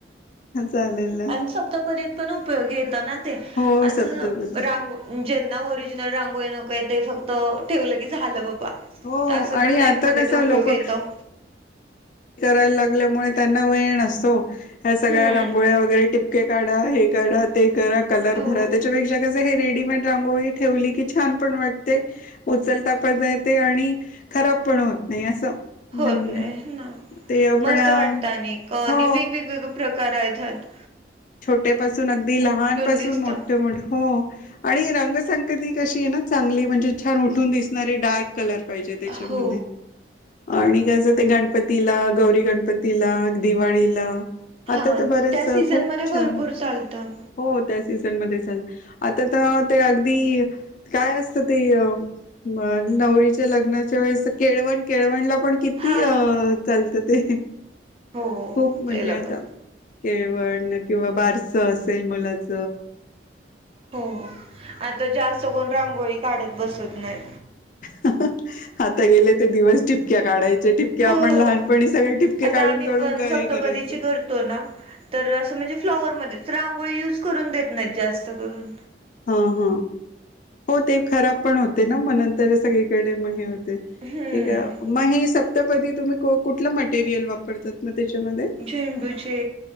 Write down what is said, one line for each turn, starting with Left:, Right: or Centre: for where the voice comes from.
Left: चालेल ना
Right: आणि सप्तपरीत पण उपयोगी येत ना ते
Left: हो
Right: असं
Left: सप्तपदी
Right: रांग ज ओरिजिनल रांगोय नकोय ते फक्त ठेवलं की झालं ब
Left: हो
Right: असं
Left: आणि
Right: पण टाईप
Left: आता
Right: मध्ये
Left: कसं
Right: त उपयोग
Left: लोक
Right: येतो.
Left: करायला लागल्यामुळे त्यांना वेळ नसतो ह सगळ्या
Right: हम्म
Left: रांगोळ्या वगैरे टिपके काढा हे काढा ते करा कलर
Right: हो.
Left: भरा त्याच्यापेक्षा कस हे रेडीमेड रांगोळी ठेवली कि छान पण वाटते उचलतापता येते आणि खराब पण होत नाही असं
Right: होत
Left: म्हणजे
Right: नाही ना
Left: ते आपण
Right: मस्त वाटत आणि आणि
Left: हो
Right: वेगवेग प्रकार आहेतात
Left: छोटेपसून अगदी लहानपासून
Right: दिसतं
Left: मोठे मोठे हो आणि रंग संगती कशी आहे ना चांगली म्हणजे छान उठून दिसणारे डार्क कलर पाहिजे त्याच्यामध्ये
Right: हो
Left: आणि त्याच ते गणपतीला गौरी गणपतीला दिवाळीला
Right: हा
Left: आता तर बरेच
Right: त्या सीझन
Left: खूप
Right: मध्ये
Left: छान
Right: भरपूर चालतं
Left: हो त्या सीझन मध्ये झालं आता तर ते अगदी काय असतं ते अ मग नवरीच्या लग्नाच्या वेळेस केळवण केळवणला आपण किती
Right: हा
Left: चालतते
Right: हो
Left: खूप म्हणजे
Right: त्याला
Left: आता
Right: पण
Left: केळ वण किंवा बारस असेल मुलाच
Right: हो आता जास्त कोण रांगोळी काढत बसत न्हय
Left: ह हं ह आता गेले ते दिवस टिपक्या काढायच्या जे ठिपक्या
Right: हो
Left: आपण लहानपणी सगळे टिपके
Right: आता
Left: काढून
Right: आम्ही
Left: काढून
Right: पण
Left: काय
Right: सप्तपदीची
Left: करायचो
Right: करतो ना तर असं म्हणजे फ्लॉवरमध्येच रांगोळी युज करून देत नाहीत जास्त करून
Left: हा हा हो ते खराब पण होते ना मनंतर सगळीकडे म हे हो ते ते
Right: हम्म
Left: का आपण मग ही सप्तपदी तुम्ही कु कुठल मटेरियल वापरतात मग त्याच्यामध्ये
Right: झेंडूचे